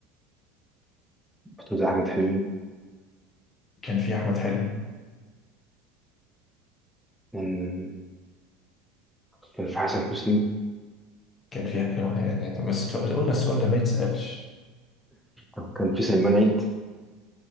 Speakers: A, in the centre; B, on the left.
A: بطولة أحمد حلمي
B: كان في أحمد حلمي
A: كان كان في حسن حسني
B: كان في أيوة، يعني طب بس قلنا السؤال ده ما يتسألش
A: أو كان في سلمان عيد